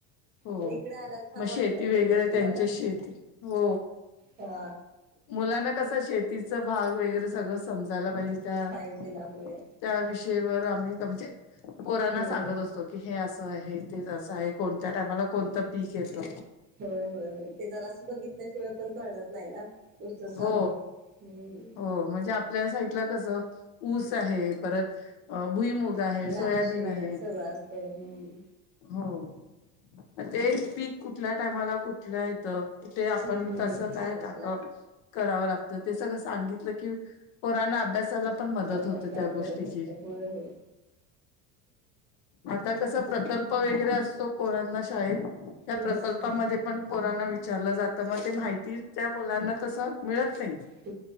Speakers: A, on the left; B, on the right.
A: हो
B: पण इकडे आल्यावर छान
A: मग
B: वाटत
A: शेती
B: असेल
A: वगैरे
B: मग तुम्हाला
A: त्यांच्या शेती हो
B: हा
A: मुलांना कस शेतीचा भाग वगैरे सगळं समजायला पाहिजे. त्या
B: पायजेल आहे.
A: त्या विषयीवर आम्ही म्हणजे पोरांना
B: हम्म
A: सांगत असतो की हे असं आहे, ते तसं आहे कोणत्या टामाला कोणतं पीक येतं?
B: होय होय होय ते जरा असं बघितल्याशिवाय पण कळत नाही ना? नुसतं सांगून
A: हो
B: हम्म
A: हो म्हणजे आप ल्या साईडला कस ऊस आहे परत अ भुईमुग आहे,
B: द्राक्षे
A: सोयाबीन आहे
B: सगळं असतय हम्म
A: हो. ते पीक कुठल्या टायमाला? कुठल येत? कुठे आपण
B: हम्म हम्म
A: कसं
B: हम्म
A: काय
B: सांगायला
A: टाक करावं लागतं ते सगळं सांगितलं की पोराना अभ्यासाला पण मदत
B: अभ्यासाला
A: होते त्या गोष्टीची.
B: बरं पडतय होय होय
A: आता कस प्रकल्प वगैरे असतो पोरांना शाळेत त्या
B: हम्म
A: प्रकल्पामध्ये पण पोरांना विचारलं जातं मग ते माहिती त्या मुलांना तसं मिळत नाही.
B: <unintelligible>